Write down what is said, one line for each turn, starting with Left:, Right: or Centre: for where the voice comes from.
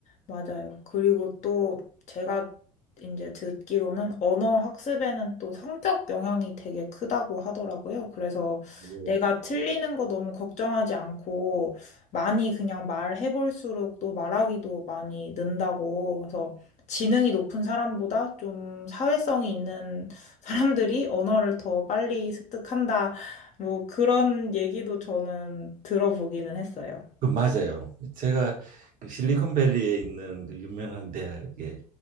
Left: 맞아요. 그리고 또 제가 이제 듣기로는 언어 학습에는 또 성격 영향이 되게 크다고 하더라고요. 그래서
Right: 예.
Left: 내가 틀리는 거 너무 걱정하지 않고 많이 그냥 말해볼수록 또 말하기도 많이 는다고. 그래서 지능이 높은 사람보다 좀 사회성이 있는 <laughs> 사람들이 언어를 더 빨리 습득한다. 뭐 그런 얘기도 저는 들어보기는 했어요.
Right: 그 맞아요. 제가 그 실리콘밸리에 있는 그 유명한 대학에